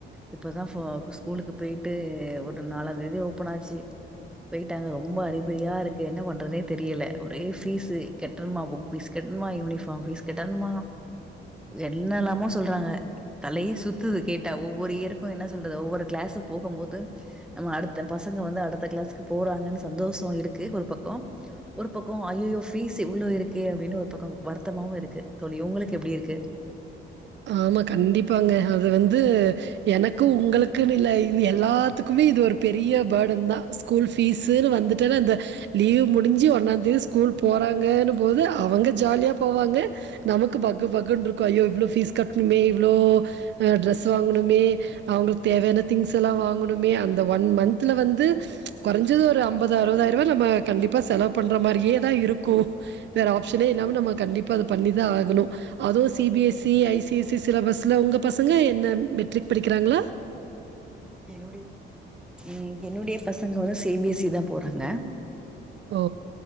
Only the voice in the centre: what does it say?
இப்பதா ஃபோ ஸ்கூலுக்கு போயிட்டு ஒரு நாலாந் தேதி ஓபன் ஆச்சி பெயிட்டாங்க ரொம்ப அறிபறியா இருக்கு என்ன பண்றதுனே தெரியில ஒரே ஃபீஸ் கெட்டணுமா புக் பீஸ் கெட்டணுமா யூனிஃபார்ம் பீஸ் கெட்டணுமா என்னனாமோ சொல்றாங்க தலையே சுத்துது கேட்டா ஒவ்வொரு இயருக்கு என்ன சொல்றது ஒவ்வொரு கிளாஸும் போகும் போது நம்ம அடுத்த பசங்க வந்து அடுத்த கிளாஸுக்கு போறாங்கன்னு சந்தோஷொ இருக்கு ஒரு பக்கொ ஒரு பக்கம் ஐயையோ ஃபீஸ் இவ்ளோ இருக்கே அப்டினு ஒரு பக்கம் வருத்தமாவு இருக்கு தோழி உங்களுக்கு எப்டி இருக்கு
ம் என்னுடைய பசங்க வந்து சி பி எஸ் சி தா போறாங்க